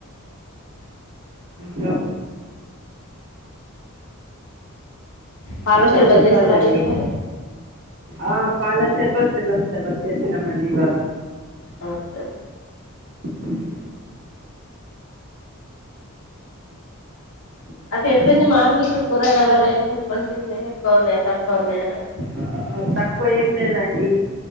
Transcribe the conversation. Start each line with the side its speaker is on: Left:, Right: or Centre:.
Right: చ
Left: పాల
Right: ఇంకా
Left: షెర్బత్
Right: చెప్పాలండి
Left: చేసిరా మీరు మరి
Right: ఆ పాల షర్బత్ బెల్లం షర్బత్ చేసినాంమండి ఇవాళ
Left: అ స
Right: హ్మ్. ఇంకా
Left: అది ఎట్లుంది మార్కెట్ కూరగాల రేట్లు కొంచం ఎక్కువ ఉన్నాయా తక్కువ ఉన్నాయా
Right: ఆ, తక్కువ ఏం లేదండి